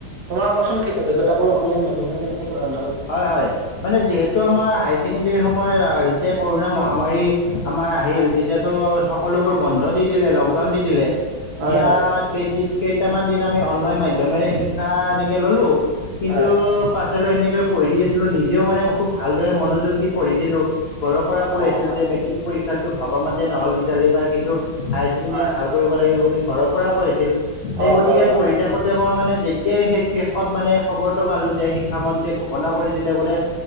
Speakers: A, on the right; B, on the left.
A: তোমাৰ কোৱা <unintelligible> অনলাইন মাধ্যমেৰে কেনেকে পঢ়া শুনা কৰিম
B: হয় হয় মানে যিহেতু আমাৰ হাই ছেকেণ্ডৰী সময়ত আ, যেতিয়া কৰোণা মহামাৰী আমাৰ আহিল
A: হয়
B: তেতিয়াতো সকলোবোৰ বন্ধ দি দিলে লকডাউন দি দিলে
A: হয়
B: দিয়াত
A: হয়
B: কেইদিন কেইটামান দিন আমি অনলাইন মাধ্যমেৰে শিক্ষা এনেকে ল'লো কিন্তু
A: হয়
B: পাছলে সেনেকৈ পঢ়ি আছিলোঁ নিজেও মানে খুব ভালদৰে মনোযোগ দি পঢ়িছিলো। ঘৰ পৰা
A: অ
B: কৈ আছিল
A: হয়
B: যে
A: হয়
B: মেট্ৰিক পৰীক্ষাতো ভবা মতে নহ'ল ৰিজাল্ট এইবাৰ কিন্তু হায়াৰ ছেকেণ্ডৰীত
A: হয়
B: ভাল কৰিব লাগিব বুলি ঘৰৰ পৰাও কৈ আছিল সেই
A: অ
B: গতিকে
A: ঘৰৰ পৰা
B: পঢ়ি
A: হয়
B: থাকোত তে মই মানে যেতিয়াই সেই শেষত মানে খবৰটো পালোঁ যে শিক্ষামন্ত্ৰীয়ে ঘোষণা কৰি দিলে বোলে